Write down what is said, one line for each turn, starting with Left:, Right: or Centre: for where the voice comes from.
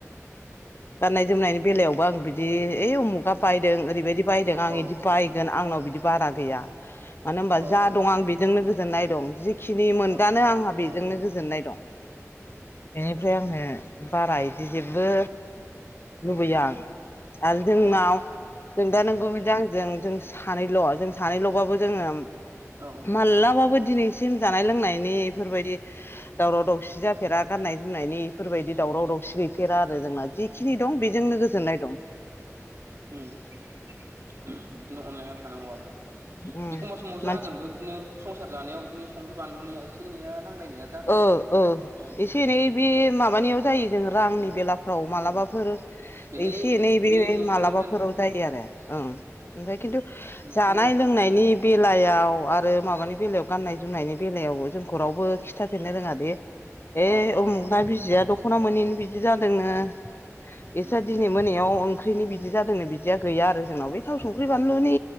Left: गाननाय जोमनायनि बेलायावबो आं बिदि ओइ उमुगा बायदों ओरैबायदि बायदों आं
Right: औ
Left: बिदि बायगोन आंनाव बिदि बारा गैया मानो होनबा
Right: औ
Left: जा दं आं बेजोंनो गोजोननाय दं जिखिनि मोनबानो
Right: औ
Left: आंहा
Right: औ
Left: बेजोंनो
Right: आब'
Left: गोजोननाय दं बेनिफ्राय आङो बारा बिदि जेबो लुबैयो आं आरो जोंनाव
Right: औ
Left: जों दा नोंगौ बिदि आंजों जों सानैल' जों सानैल'बाबो जोङो
Right: औ
Left: माबलाबाबो दिनैसिम जानाय लोंनायनि बेफोरबायदि दावराव दावसि जाफेरा गाननाय जोमनायनि बेफोरबायदि दावराव दावसि गैफेरा आरो जोंना जि बेखिनि दं बेजोंनो गोजोननाय दं
Right: उम बिदिनो अनलायनानै थानांगौ आब'
Left: उम
Right: एखमबा समाव जागोनबो
Left: मानसि
Right: बिदिनो संसार जानायाव बिदिनो संख्रि बानलुनिया एसे एनैया नांलायनाया जाखायो
Left: ओ ओ
Right: बिदियानो
Left: एसे
Right: उम
Left: एनै बे माबानियाव जायो
Right: उम
Left: जों रांनि
Right: बेलाय
Left: बेलाफ्राव मालाबाफोर
Right: उम बेलाय
Left: एसे एनै बे
Right: न'खरनिफ्राय
Left: मालाबाफोराव जायो आरो ओं ओमफाय खिन्थु
Right: न'खराव
Left: जानाय लोंनायनि
Right: सोलिबाय थाखो
Left: बेलायाव
Right: बिदियालाय
Left: आरो माबानि बेलायाव गाननाय जोमनायनि बेलायावबो जोंखौ रावबो खिथाफेरनो रोङा बे बे
Right: औ औ
Left: उमुखना
Right: औ
Left: बिजिया दख'ना मोनैनि बिदि जादोंनो इसा
Right: उम
Left: दिनै मोनायाव ओंख्रि ओंख्रिनि बिदि जादोंनो बिदिया गैया आरो जोंनाव बे थाव संख्रि बानलुनि